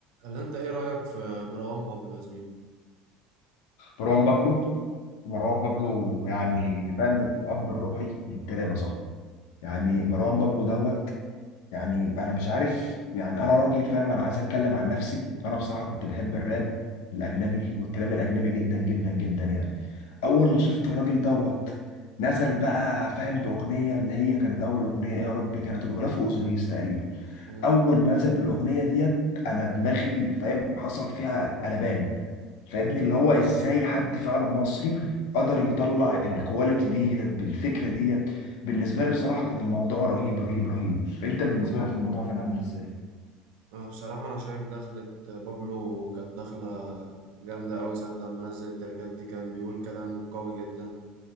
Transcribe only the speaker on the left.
مروان بابلو مروان بابلو يعني فاهم الاب الروحي للتراب يا صاحبي يعني مروان بابلو دوت يعني انا مش عارف يعني انا راجل فاهم انا عايز اتكلم عن نفسي انا بصراحه كنت بحب الراب الاجنبي والتراب الاجنبي جدا جدا جدا يعني اول ما شفت الراجل دوت نزل بقى فاهم باغنيه اللي هي كانت اول اغنيه إيه يا ربي كانت الغلاف اوزوريس تقريبا
اول ما نزل بالاغنيه ديت انا دماغي فاهم حصل فيها قلبان فابني اللي هو ازاي حد فعلا مصري قدر يطلع الكواليتي ديت بالفكره ديت بالنسبه لي بصراحه كان الموضوع رهيب رهيب رهيب فانت بالنسبه لك الموضوع كان عامل ازاي